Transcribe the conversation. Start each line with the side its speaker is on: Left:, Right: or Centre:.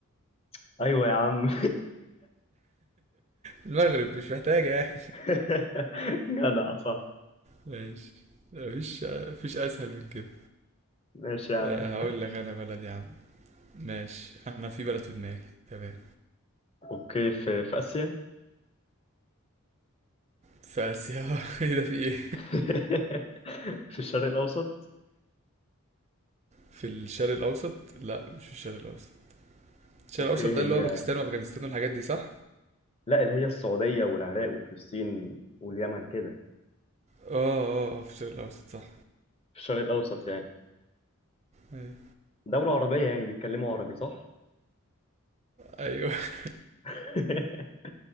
Left: <laughs> ايوه يا عم
Right: المغرب مش محتاجة يعني
Left: <laughs> جدع صح
Right: ماشي مفيش مفيش أسهل من كده
Left: ماشي يا عم
Right: آه، هقول لك أنا بلد يا عم ماشي أنا في بلد في دماغي تمام
Left: اوكي في في اسيا
Right: في آسيا <laughs> ايه ده في إيه
Left: <laughs> في الشرق الاوسط
Right: في الشرق الأوسط لا مش في الشرق الأوسط الشرق
Left: اوكي
Right: الاوسط ده
Left: هي
Right: اللي هو باكستان وافغانستان والحاجات دي صح
Left: لا اللي هي السعوديه والعراق وفلسطين واليمن كده
Right: اه اه اه في الشرق الاوسط صح
Left: في الشرق الأوسط يعني
Right: ايوه
Left: دولة عربية يعني بيتكلموا عربي صح؟
Right: ايوه <laughs>
Left: <laughs>